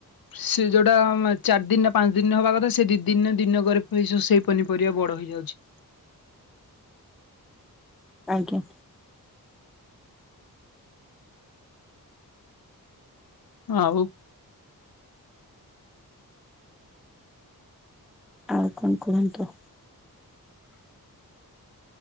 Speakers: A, on the left; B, in the centre.
A: ସେ ଯୋଉଟା ଚାରି ଦିନ ନା ପାଞ୍ଚ ଦିନରେ ହବା କଥା, ସେ ଦି ଦିନ ଦିନକରେ ସେଇ ପନିପରିବା ବଢ ରହିଯାଉଛି।
B: ଆଜ୍ଞା।
A: ଆଉ।
B: ଆଉ କଣ କୁହନ୍ତୁ?